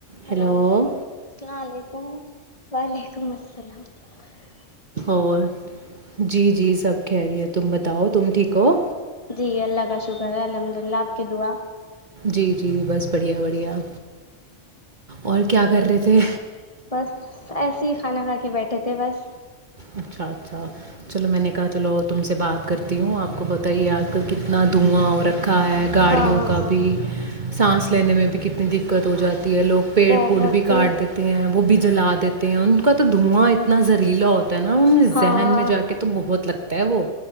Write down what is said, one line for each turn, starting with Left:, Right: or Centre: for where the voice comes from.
Left: ہلو
Right: ہیلو
Left: السلام علیکم وعلیکم السلام السلام علیکم
Right: اور جی جی سب خیریت تم بتاؤ تم ٹھیک ہو
Left: جی اللہ کا شکر ہے الحمد للہ آپ کی دعا
Right: جی جی بس بڑھیا بڑھیا اور کیا کر رہے تھے
Left: بس ایسے ہی کھانا کھا کے بیٹھے تھے بس
Right: اچھا اچھا چلو میں نے کہا چلو تم سے بات کرتی ہوں آپ کو پتہ ہے آج کل کتنا دھواں اور رکھ کھا ہے گاڑیوں
Left: ہاں ہاں
Right: کا
Left: ہاں
Right: بھی سانس لینے میں بھی کتنی د دکت ہو جاتی ہے لوگ پیڑ
Left: بہت
Right: پڑ بھی کاٹ دیتے ہیں وہ بھی جلا دیتے ہیں ان کا تو دھواں اتنا زہریلا ہو نا ان
Left: ہاں
Right: ذہن میں جا کے تو بہت لگتا تے وہ